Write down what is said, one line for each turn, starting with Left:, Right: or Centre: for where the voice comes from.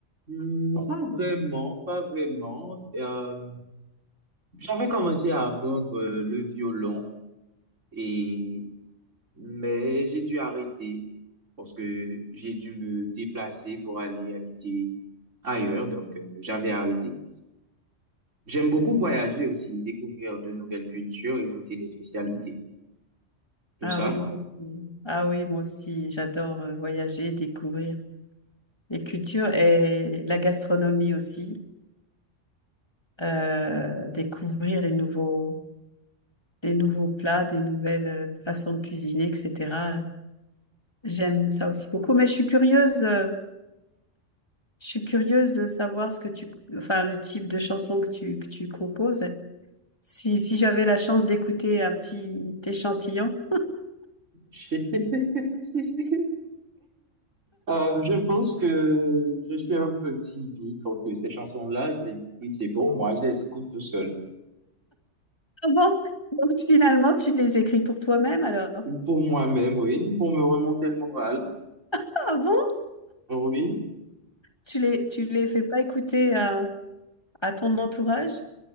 Right: hmm, pas vraiment, pas vraiment. Euh, j'avais commencé à apprendre euh, le violon, et, mais j'ai dû arrêter parce que j'ai dû me déplacer pour aller habiter ailleurs, donc euh, j'avais arrêté. J'aime beaucoup voyager aussi, découvrir de nouvelles cultures et goûter des spécialités. Tout
Left: Ah
Right: ça,
Left: oui,
Right: quoi.
Left: moi aussi. Ah oui, moi aussi. J'adore euh, voyager, découvrir les cultures et la gastronomie aussi. Euh, découvrir les nouveaux, les nouveaux plats, des nouvelles euh, façons de cuisiner, etc. J'aime ça aussi beaucoup. Mais je suis curieuse. euh, je suis curieuse de savoir ce que tu, enfin, le type de chanson que tu que tu composes. Si si j'avais la chance d'écouter un petit échantillon.
Right: <laughs> Euh, je pense que je suis un petit bi, donc que ces chansons-là, je les écris, c'est pour moi, je les écoute tout seul.
Left: Ah bon? Donc finalement, tu les écris pour toi-même alors?
Right: Pour moi-même, oui, pour me remonter le moral,
Left: Ah bon?
Right: oui.
Left: Tu les, tu les fais pas écouter à, à ton entourage?